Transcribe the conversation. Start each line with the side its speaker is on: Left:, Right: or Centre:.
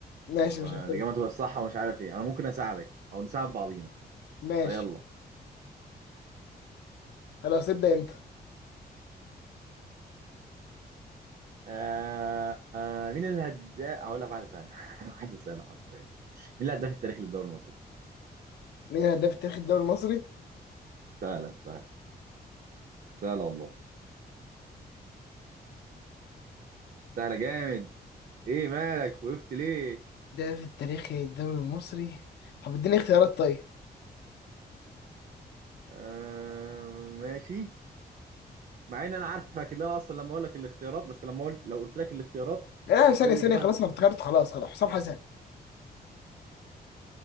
Left: ماشي
Right: الإجابة
Left: مش هختبر
Right: تبقى الصح ومش عارف إيه أنا ممكن أساعدك أو نساعد بعضينا
Left: ماشي
Right: فيلا
Left: خلاص ابدأ انت
Right: آه آه مين الهداف هقول لك واحدة سهلة <laughs> واحدة سهلة حرفيا مين الهداف التاريخي للدوري المصري؟
Left: مين الهداف التاريخي الدوري المصري
Right: سهلة سهلة سهلة والله سهلة جامد إيه مالك وقفت ليه؟
Left: ده في التاريخ الدوري المصري طب اديني اختيارات طيب
Right: آه ماشي مع إن أنا عارفك اللي أنا أصلا لما أقول لك الاختيارات بس لما قلت لو قلت لك الاختيارات
Left: لا ثانية
Right: أول
Left: ثانية
Right: إجابة
Left: خلاص
Right: هت-
Left: انا افتكرت خلاص خلاص حسام حسن